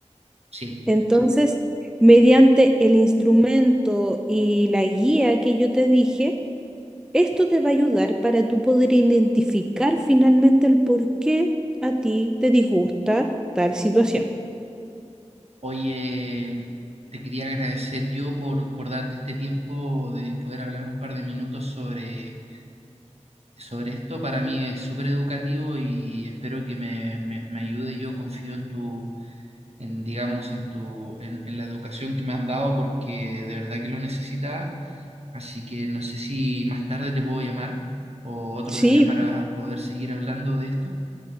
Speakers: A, on the right; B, in the centre.
A: Sí.
B: Entonces, mediante el instrumento y la guía que yo te dije, Esto te va a ayudar para tú poder identificar finalmente el por qué a ti te disgusta tal situación.
A: Oye, te quería agradecer yo por, por darte este tiempo de poder hablar un par de minutos sobre sobre esto para mí es súper educativo y espero que me, me, me ayude. Yo confío en tu, en, digamos, en tu, en, en la educación que me has dado porque de verdad que lo necesitaba. Así que no sé si más tarde te puedo llamar o otro
B: Sí,
A: día para poder seguir hablando de esto.